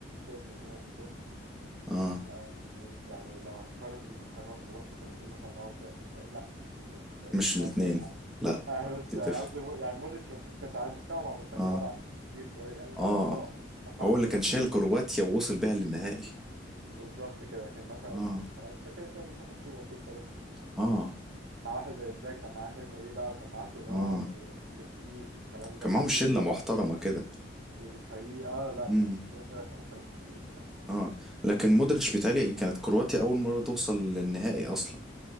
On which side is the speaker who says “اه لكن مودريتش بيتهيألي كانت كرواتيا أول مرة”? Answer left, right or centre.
Centre